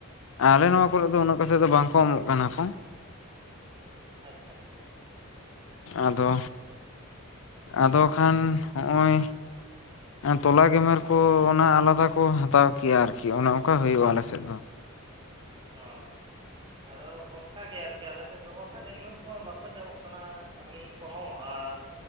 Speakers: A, on the left (about 65°); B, on the right (about 25°).
A: ᱟᱞᱮ ᱱᱚᱣᱟ
B: ᱦᱮᱸ
A: ᱠᱚᱨᱮ ᱫᱚ ᱩᱱᱟᱹᱜ ᱠᱟᱛᱮ ᱫᱚ ᱵᱟᱝᱠᱚ ᱮᱢᱚᱜ ᱠᱟᱱᱟ ᱠᱚ
B: ᱟᱪᱪᱷᱟ ᱟᱪᱪᱷᱟ
A: ᱟᱫᱚ ᱟᱫᱚ ᱠᱷᱟᱱ ᱱᱚᱸᱜᱼᱚᱭ ᱛᱚᱞᱟ ᱜᱮᱢᱮᱨ ᱠᱚ ᱚᱱᱟ ᱟᱞᱟᱫᱟ ᱠᱚ ᱦᱟᱛᱟᱣ ᱠᱮᱭᱟ ᱟᱨᱠᱤ ᱚᱱᱮ ᱚᱱᱠᱟ ᱦᱩᱭᱩᱜᱼᱟ ᱟᱞᱮ ᱥᱮᱫ ᱫᱚ
B: ᱚᱻ ᱟᱫᱚ ᱚᱱᱠᱟ ᱜᱮ ᱟᱨᱠᱤ ᱟᱞᱮ ᱥᱮᱫ ᱫᱚ ᱵᱟᱠᱷᱟᱱ <unintelligible> ᱵᱟᱠᱚ ᱧᱟᱢᱚᱜ ᱠᱟᱱᱟ ᱠᱟᱹᱢᱤ ᱠᱚᱦᱚᱸ ᱟᱨ